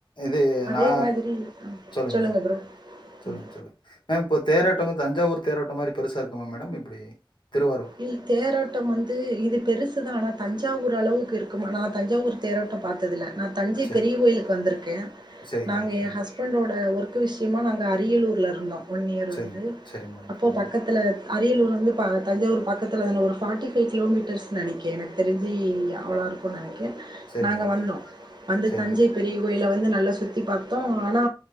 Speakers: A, on the left; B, on the right.
A: இது
B: அதே
A: நா
B: மாதிரி அ
A: சொல்லுங்க மேடம்
B: ப்ரோ.
A: சொல்லுங்
B: ம்.
A: சொல்லுங் மேம் இப்போ தேரோட்டங்கது தஞ்சாவூர் தேரோட்டம் மாரி பெருசா இருக்குமா மேடம் எப்டி திருவாரூர்
B: இல் தேரோட்டம் வந்து இது பெருசு தா ஆனா தஞ்சாவூர் அளவுக்கு இருக்குமானா நா தஞ்சாவூர் தேரோட்டோ பார்த்ததில்ல நா தஞ்சை
A: செரி
B: பெரியகோயிலுக்கு வந்திருக்கே
A: செரிங்க
B: நாங்க
A: மேடம் செரிங்க
B: எ ஹஸ் பண்டோட ஒர்க்கு விஷ்யமா நாங்க அரியலூர்ல இருந்தோ ஒன் இயர்
A: செரிங்க
B: வந்து
A: செரிங்க மேடம்
B: அப்போ
A: செரிங்க
B: பக்கத்துல
A: மேடம்
B: அரியலூர் வந்து பா தஞ்சாவூர் பக்கத்துல தான ஒரு ஃபாட்டி ஃபைவ் கிலோமீட்டர்ஸ் நெனக்கி எனக் தெரிஞ்சி அவ்ளோ இருக்கு நெனைக்க
A: செரி
B: நாங்க
A: மேடம்
B: வந்தோ வந்து
A: செரி
B: தஞ்சை
A: மேடம்
B: பெரிய கோயில வந்து நல்லா சுத்தி பார்த்தோ ஆனா